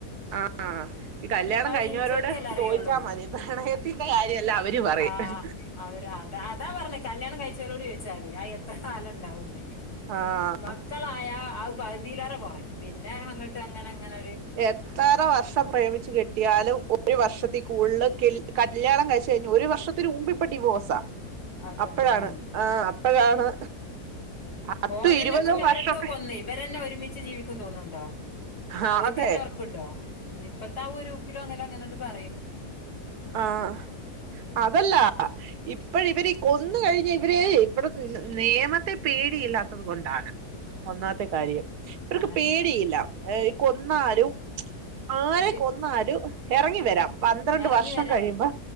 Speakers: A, on the right; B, on the left.
A: ആഹ് ആഹ് ഈ കല്യാണം കഴിഞ്ഞവരോട്
B: ജീവിച്ചവർക്കല്ലേ അറിയുള്ളൂ
A: ചോദിച്ചാൽ മതി പ്രണയത്തിന്റെ കാര്യവെല്ലാം അവര് പറയും
B: ആഹ് അവര് അത് അതാ പറഞ്ഞെ കല്യാണം കഴിച്ചോലോട് ചോദിച്ചാ മതി ആ എത്ര കാലം ഉണ്ടാവൂന്ന്
A: ആഹ്
B: മക്കളായാൽ അത് പകുതിയിലേറെ കുറയും പിന്നെ അങ്ങോട്ട് അങ്ങനെ അങ്ങനെ ഒരു
A: എത്ര വർഷം പ്രേമിച്ച് കെട്ടിയാലും ഒരു വർഷത്തി കൂടുതല് കി കല്യാണം കഴിച്ച് കഴിഞ്ഞാൽ ഒരു വർഷത്തിന് മുമ്പ് ഇപ്പം ഡിവോഴ്സാ
B: അടി
A: അപ്പോഴാണ്
B: ആ അതെന്നെ
A: ആഹ് അപ്പോഴാണ് പത്തും
B: ഓരന്നെപ്പൊ
A: ഇരുപതും
B: ഓരൊക്കെ
A: വർഷമൊക്കെ
B: കൊന്ന് ഇവരന്നെ ഒരുമിച്ച് ജീവിക്കും തോന്നുന്നുണ്ടോ
A: ആ,
B: ഓരിക്കെന്നെ
A: അതെ
B: ഉറപ്പുണ്ടോ ഇപ്പത്തെ ആ ഒരു ഊക്കിലോ അങ്ങനെ അങ്ങനെങ്ങ് പറയും
A: ആഹ്
B: ഉം
A: അതല്ല ഇപ്പം ഇവര് കൊന്ന് കഴിഞ്ഞാൽ ഇവരെ ഇപ്പം നിയമത്തെ പേടിയില്ലാത്തത് കൊണ്ടാണ്. ഒന്നാമത്തെ കാര്യം ഇവർക്ക്
B: അതാണ്
A: പേടിയില്ല കൊന്നാലും ആരെ
B: ജ്
A: കൊന്നാലും ഇറങ്ങി വരാം പന്ത്രണ്ട്
B: എറങ്ങി
A: വർ ഷം
B: വരാ
A: കഴിയുമ്പോ